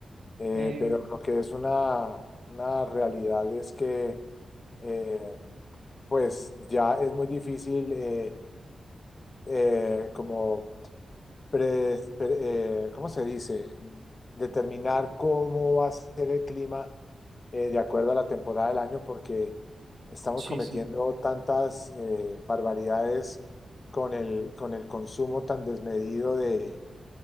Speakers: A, on the left; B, on the right.
A: eh,
B: Eh,
A: pero lo que es una, una realidad es que eh, pues ya es muy difícil eh, eh, como pre- pre- eh, ¿cómo se dice? Mm, Determinar cómo va a ser el clima eh, de acuerdo a la temporada del año, porque estamos
B: sí,
A: cometiendo
B: sí,
A: tantas eh, barbaridades con el, con el consumo tan desmedido de,